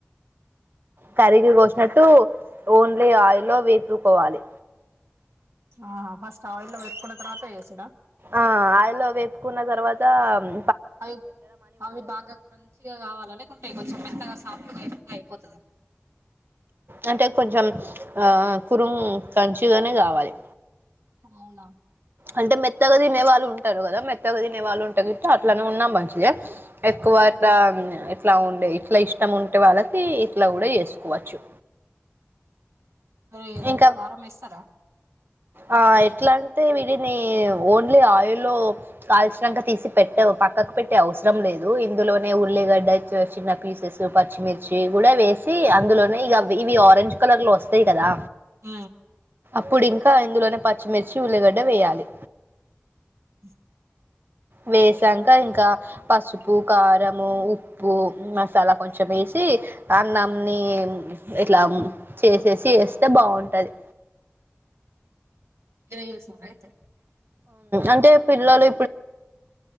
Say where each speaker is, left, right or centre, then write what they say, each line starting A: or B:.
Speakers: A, on the right; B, on the right.
A: కరిీకి కోసినట్టు ఓన్లీ ఆ ఆయిల్లో వేపుకోవాలి
B: ఆ ఫస్ట్ ఆయిల్లో వేపుకున్న తరువాత ఏసు
A: ఆ ఆయిల్లో వేప్ కున్న తర్వాత మ్
B: అవి అవి బాగా క్రంచిగా కావాల లేకుంటే కొంచెం మెత్తగా సాఫ్ట్ గా అయిపో అయిపోతద
A: అంటే కొంచెం ఆ కురుం కంచిగనే కావాలి
B: అవునా
A: అంటే మెత్తగా తినే వాళ్ళు ఉంటారు కదా మెత్తగా తినే వాళ్ళు ఉంటే గిట్ల అట్లనే ఉన్నా మంచి ఏ ఎక్కువయితా ఎట్లా ఉండే ఇట్ల ఇష్టం ఉంటే వాళ్ళకి ఇట్లా కూడా చేసుకోవచ్చు
B: మరి దాంట్లో
A: ఇంకా
B: కారం వేస్తారా
A: ఆ ఎట్లా అం టే వీటిని ఓన్లీ ఆయిల్లో కాల్చినంక తీసి పెట్టవు పక్కకు పెట్టే అవసరం లేదు ఇందులోనే ఉల్లిగడ్డచ్చ చిన్న పీసెస్సు పచ్చిమిర్చి కూడా వేస్ సీ అందులోనే ఇగ అవి ఇవి ఆరెంజ్ కలర్ లో వస్తాయి కదా
B: ఊ
A: ఇప్పుడు ఇంకా ఇందులోనే పచ్చిమిర్చి ఉల్లిగడ్డ వేయాలి
B: <unintelligible>
A: వేసాక ఇంకా పసుపు కారాము ఉప్పు మసాలా కొంచెం వేసి అన్నంని ఇట్లా చేసేసి వేస్ తే బావుంటది
B: మీరే చేసినారా అయితే
A: అంటే పిల్లలు